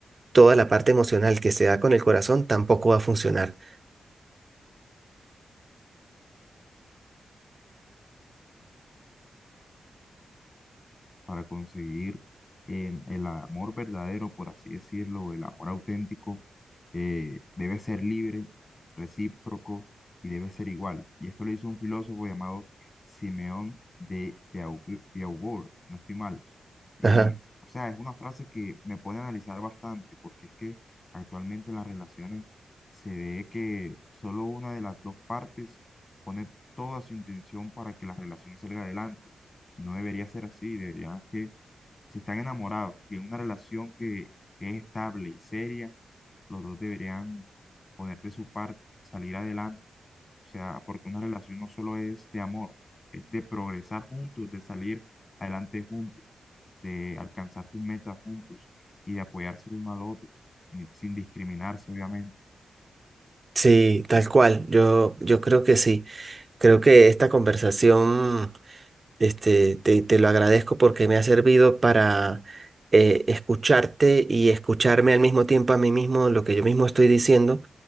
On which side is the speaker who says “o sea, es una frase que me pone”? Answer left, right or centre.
Left